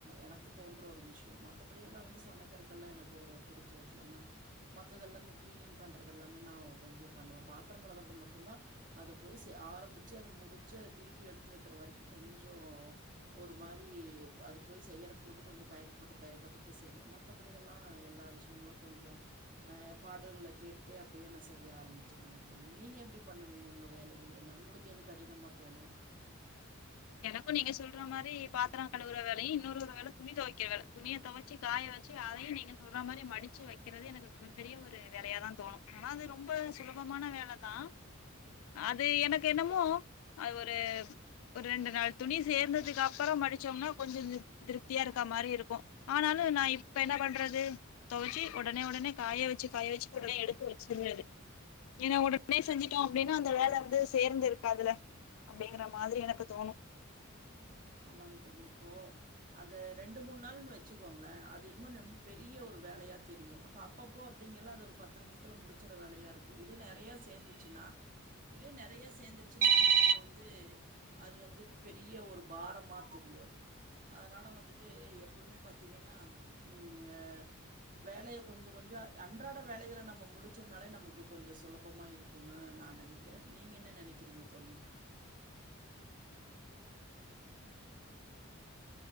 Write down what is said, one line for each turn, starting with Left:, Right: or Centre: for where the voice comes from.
Right: எனக்கு தோன்ற ஒரு விஷயம் மத்தபடி எல்லா வந்து சமைக்கிறதுக்தெல்லா எனக் ஒரு புடிச்ச விஷய தா மத்ததெல்லா இந்த கிளீனிங் பண்றது எல்லாமே நான் கொஞ்ச பண்ணுவ பாத்திரங்கள வரது மட்டுந்தா அத பொய்சு ஆரம்பிச்சு அத முடிச்சு திருப்பி எடுத்து வைக்கிற வரிக்கு கொஞ்சோ ஒரு மாரி அது போய் செய்யறக்கு மட்டும் கொஞ்ச தயக்கப்பட்டு தயக்கப்பட்டு செய்வே மத்தபடியெல்லா எல்லா விஷயங்களும் கொஞ்சம் ஆஹ் பாடல கேட்டுட்டே அப்படியே நா செய்ய ஆரம்பிச்சிருவேங்க தோழி நீங்க எப்படி பண்ணுவீங்க உங்க வேலைகள் எல்லாம் உங்களுக்கு எது கடினமா தோணும்
Left: எனக்கு நீங்க சொல்ற மாரி பாத்திர கழுவுற வேலய் இன்னொரு ஒரு வேல துணி துவக்கிற வேல துணிய தொவைச்சு காய வச்சு அதையு நீங்க சொல்ற மாரி மடிச்சு வைக்கிறது எனக்கு மிகப்பெரிய ஒரு வேலயாதான் தோணும் <unintelligible> ரொம்ப சுலபமான வேலதா அது எனக்கு என்னமோ அது ஒரு ஒரு ரெண்டு நாள் துணி சேர்ந்ததுக் அப்பறோ மடிச்சோம்னா கொஞ்சோ த் திருப்தியா இருக்கா மாரி இருக்கும் ஆனாலு நா இப்ப என்ன பண்றது தொவச்சி உடனே உடனே காய வச்சு காய வச்சு உடனே எடுத்து வெச்சிட்றது ஏன்ன உடனே செஞ்சட்டோம் அப்டின்னா அந்த வேல வந்து சேர்ந்து இருக்காதுல அப்டிங்கிற மாதிரி எனக் தோனு
Right: ஆமாங் தோலி இப்போ அந்த ரெண்டு மூண் நாள்னு வெச்சுக்கோங்களே அது இன்னோ ரொம்ப பெரிய ஒரு வேலையா தெரியு இப்போ அப்பப்போ அப்பிடிங்கெல்லா அந்த ஒரு பத்து நிம்ஷத்தில முடிச்சிற்ற வேலையாருக்கூ இதே நெறையா சேந்துச்சின்னா இதே நெறையா சேந்துர்ச்சின்னா நமக்கு வந்து அது வந்து பெரிய ஒரு பாரமா தெரியோ அது அனால வந்துட்டு எப்வுமே பத்தீங்கன்னா உம் ஆ வேலைய கொஞ்ச கொஞ்ச அன்றாட வேலைகள நம்ம முடிச்சோம்னாலே நமக்கு கொஞ்ச சுலபமா இருக்குன்னு நா நெனைக்கிறே நீங்க என்ன நெனைக்கிறீங்க தோலி